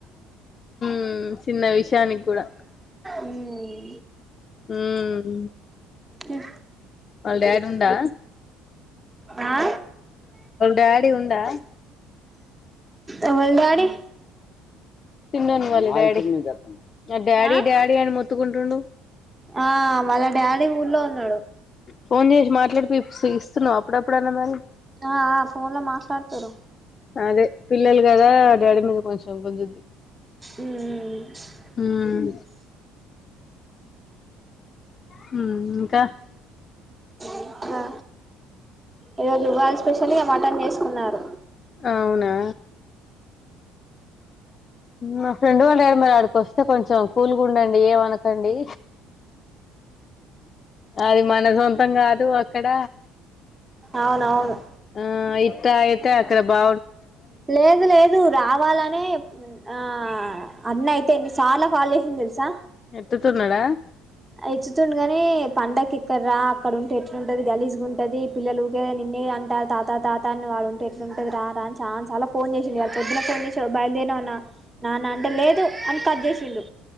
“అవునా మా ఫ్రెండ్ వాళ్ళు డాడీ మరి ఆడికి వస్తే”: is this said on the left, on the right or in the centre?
Left